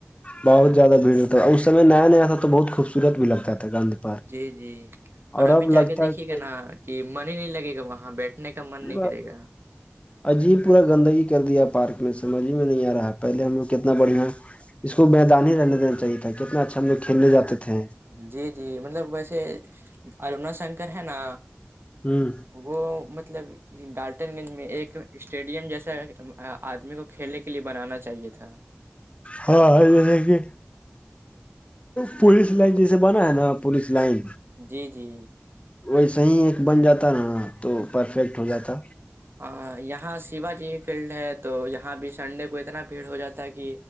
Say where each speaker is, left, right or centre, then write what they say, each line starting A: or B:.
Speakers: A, on the left; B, on the right.
A: بہت زیادہ بھیڑ ہوتا تھا اور اس سمے نیا نیا تھا تو بہت خوبصورت بھی لگتا تھا گاندھی پارک
B: جی جی اور
A: اب
B: ابھی جا
A: لگتا
B: کے دیکھیے
A: ہے کہ
B: گا
A: بھائی
B: نا کہ من ہی نہیں لگے گا وہاں بیٹھنے کا من نہیں
A: پورا
B: کرے گا
A: عجیب پورا گندگی کر دیا پارک میں سمجھ میں نہیں آ رہا ہے پہلے ہم لوگ کتنا بڑھیا اس کو میدان ہی رہنے دینا چاہیے تھا کتنا اچھا ہم لوگ کھیلنے جاتے تھے
B: جی جی مطلب ویسے ارنا شنکر ہے نا
A: ہوں
B: وہ مطلب ڈالٹن گنج میں ایک اسٹیڈیم جیسا آدمی کو کھیلنے کے لیے بنانا چاہیے تھا
A: ہاں جیس کہ پوولس لائن جیسے بنا ہے نا پوولس لائن
B: جی جی
A: ویسے ہی ایک بن جاتا نا تو پرفیکٹ ہو جاتا
B: ہاں یہاں شیوا جی فیلڈ ہے تو یہاں بھی سنڈے کو اتنا بھیڑ ہو جاتا ہے کہ